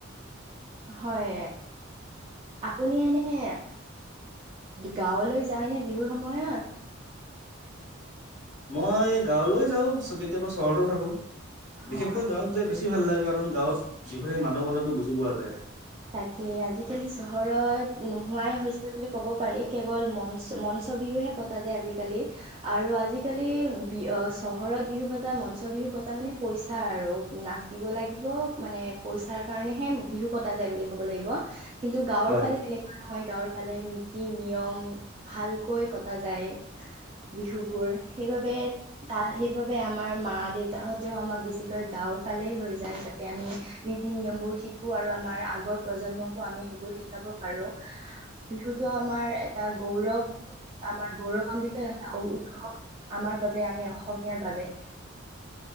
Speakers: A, on the right; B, on the right.
A: হয় আপুনি এনে গাঁৱলৈ যায় নে বিহুৰ সময়ত
B: মই গাঁৱলৈ যাও কেতিয়াবা চহৰতো থাকো।
A: হয়
B: বিশেষকৈ গাঁৱত যাই বেছি ভাল লাগে কাৰণ গাঁৱত বিহু সেই মাদকতাটো বুজি পোৱা যায়
A: তাকে আজিকালি চহৰত নোহোৱাই হৈছে বুলি ক'ব পাৰি কেৱল মঞ্চ মঞ্চ বিহুহে পতা যাই আজি কালি আৰু আজি কালি বিহু চহৰত বিহু পতা মঞ্চ বিহু পতা মানে পইচা আৰু নাচিব লাগিব মানে পইচাৰ কাৰণে হে বিহু পতা যায় বুলি ক'ব লাগিব কিন্তু গাঁৱৰ
B: হয়
A: ফালে তেনেকুৱা নহয় গাঁৱৰ ফালে টো নিয়ম ভালকৈ পতা যায় বিহু বোৰ সেইবাবে তা সেইবাবে আমাৰ মা দেউতাহতেও আমাক বেছিকৈ গাৱ গাৱৰ ফালে লৈ যায় যাতে আমি নীতি নিয়ম বোৰ শিকো আৰু আমাৰ আগৰ প্ৰজন্মক আমি সেইবোৰ শিকাব পাৰো বিহুটো আমাৰ এটা গৌৰৱ আমাৰ গৌৰৱান্বিত এটা উৎসৱ আমাৰ বাবে আমি অসমীয়াৰ বাবে <inaudible>